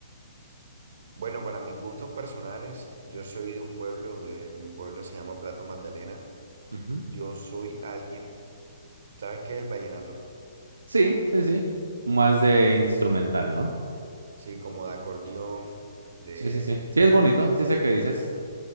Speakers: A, on the right; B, on the right.
A: Bueno, para mis gustos personales, yo soy de un pueblo, de mi pueblo se llama Plato Magdalena.
B: Ujú.
A: Yo soy alguien, ¿sabes qué es el vallenato?
B: Sí, sí, sí. Más de instrumental, ¿no?
A: Sí, como de acordeón, de,
B: Sí, sí, sí. Sí, es bonito, sí sé qué dices.